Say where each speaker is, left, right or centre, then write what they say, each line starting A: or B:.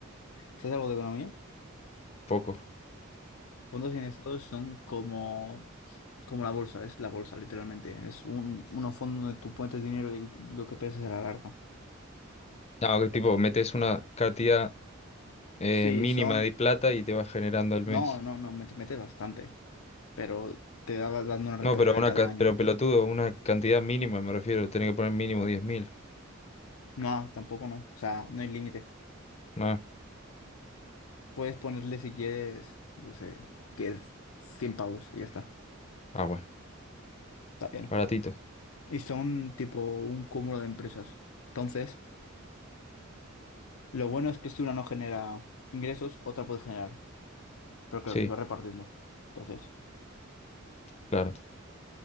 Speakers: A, on the left (about 85°); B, on the left (about 30°).
A: ¿Sabes algo de economía?
B: Poco.
A: Fondos indexados son como, como la bolsa, es la bolsa, literalmente. Es un, unos fondos donde tú pones dinero y lo que pierdes a la larga.
B: No, que tipo, metes una cantidad eh,
A: Sí,
B: mínima
A: son...
B: de plata y te vas generando al mes.
A: No, no, no, me, metes bastante. pero te daba dando una rentabilidad
B: No, pero una
A: cada
B: ca-
A: año.
B: pero pelotudo, una cantidad mínima, me refiero, tenés que poner mínimo diez mil
A: No, tampoco no, o sea, no hay límite.
B: Ah,
A: Puedes ponerle si quieres, yo sé, que es 100 pavos y ya está,
B: ah, bueno,
A: está bien.
B: baratito.
A: Y son tipo un cúmulo de empresas. Entonces, lo bueno es que si una no genera ingresos, otra puede generar, pero claro,
B: Sí,
A: se va repartiendo. Entonces,
B: claro.